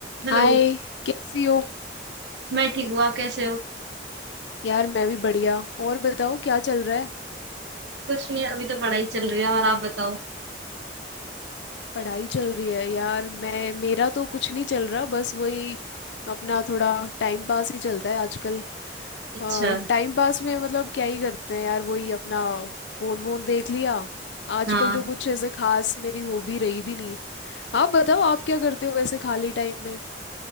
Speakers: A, on the right; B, on the left.
A: Hello
B: हाय कैसी हो
A: मैं ठीक हूँ आप कैसे हो
B: यार मैं भी बढ़िया और बताओ क्या चल रहा है
A: कुछ नहीं अभी तो पढ़ाई चल रही है और आप बताओ
B: पढ़ाई चल रही है यार मैं मेरा तो कुछ नहीं चल रहा बस वही अपना थोड़ा टाइम पास ही चलता है आजकल
A: अच्छा
B: आ, टाइम पास में मतलब क्या ही करते हैं यार वही अपना फोन वोन देख लिया आजकल
A: हाँ
B: तो कुछ ऐसे खास मेरी हॉबी रही भी नहीं आप बताओ आप क्या करते हो वैसे खाली टाइम में